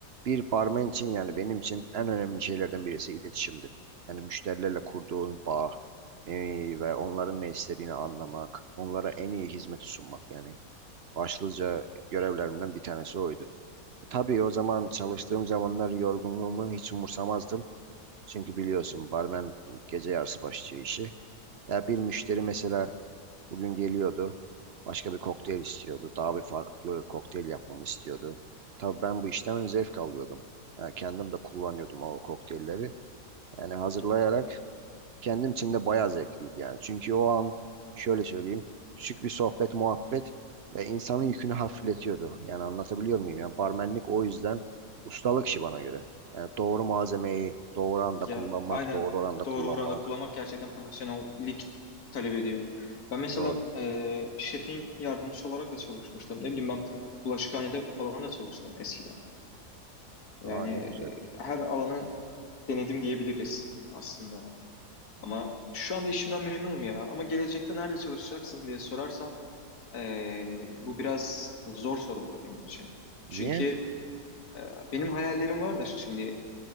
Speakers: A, on the right (about 60°); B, on the left (about 65°).
A: Bir barmen için yani benim için en önemli şeylerden birisi iletişimdi. Yani müşterilerle kurduğun bağ e, ve onların ne istediğini anlamak, onlara en iyi hizmeti sunmak yani başlıca görevlerimden bir tanesi oydu. Tabii o zaman çalıştığım zamanlar yorgunluğumu hiç umursamazdım. Çünkü biliyorsun barmen gece yarısı başlıyor işi. Ya bir müşteri mesela bugün geliyordu. Başka bir kokteyl istiyordu. Daha bir farklı kokteyl yapmamı istiyordu. Tabii ben bu işten zevk alıyordum. Ya kendim de kullanıyordum o kokteylleri. Yani hazırlayarak kendim için de bayağı zevkliydi yani. Çünkü o an şöyle söyleyeyim küçük bir sohbet muhabbet ve insanın yükünü hafifletiyordu. Yani anlatabiliyor muyum? Yani barmenlik o yüzden ustalık işi bana göre. Yani doğru malzemeyi doğru anda
B: Ya
A: kullanmak,
B: aynen
A: doğru oranda kullanmak.
B: doğru oranda kullanmak gerçekten profesyonellik talep ediyor. Ben mesela
A: Doğru.
B: e, şefin yardımcısı olarak da çalışmıştım. Ne bileyim ben bulaşıkhanede falan da çalıştım eskiden.
A: Aa
B: Yani
A: ne
B: e,
A: güzel.
B: her alanı denedim diyebiliriz aslında. Ama şu anda işimden memnunum ya. Ama gelecekte nerede çalışacaksın diye sorarsan e, bu biraz zor soru olur benim için. Çünkü
A: Niye?
B: Ee, Benim hayallerim var da şimdi